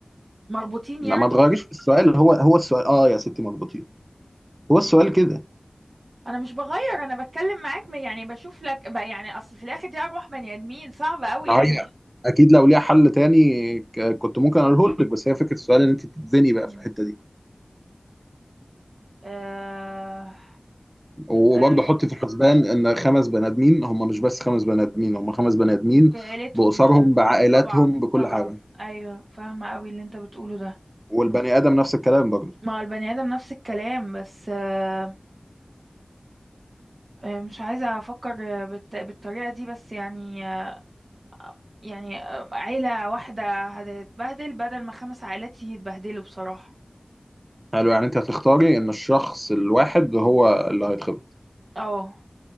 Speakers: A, on the right (about 70°); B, on the right (about 20°).
A: مربوطين
B: لا
A: يعني
B: ما تغيريش في السؤال هو هو السؤال اه يا ستي مظبوطين هو السؤال كده
A: انا مش بغير انا بتكلم معاك ما- يعني بشوف لك بقى يعني اصل في الاخر دي ارواح بني ادمين صعبة قوي
B: ما
A: يعني
B: هي اكيد لو ليها حل تاني ك- كنت ممكن اقوله لك بس هي فكره السؤال ان انت بتتزنقي
A: مم.
B: بقى في الحته دي
A: آه...
B: وبرضه
A: آه،
B: حط في الحسبان ان خمس بني ادمين هم مش بس خمس بني ادمين هم خمس بني ادمين
A: بعيلتهم
B: باسرهم
A: ب...
B: بعائلاتهم
A: طبعا
B: بكل
A: طبعا
B: حاجه
A: ايوه فاهمه قوي اللي انت بتقوله ده
B: والبني ادم نفس الكلام برضه
A: ما هو البني ادم نفس الكلام بس آه، آه، مش عايزه افكر آه، بالت... بالطريقه دي بس يعني آه، يعني آه، عيله واحده هتتبهدل بدل ما خمس عائلات يتبهدلوا بصراحه
B: حلو يعني انت هتختاري ان الشخص الواحد هو اللي هيتخبط
A: اه